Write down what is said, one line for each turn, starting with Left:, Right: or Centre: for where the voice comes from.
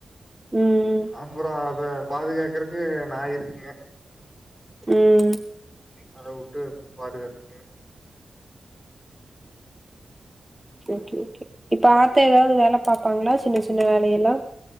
Centre: ம்
Left: அப்புறோ அத பாதுகாக்குறதுக்கு நாய் இருக்குங்க
Centre: ம்
Left: அத வுட்டு பாதுகாதுக்குங்க
Centre: ஓகே ஓகே இப்ப ஆத்தா ஏதாது வேல பாப்பாங்களா சின்ன சின்ன வேலையல்லா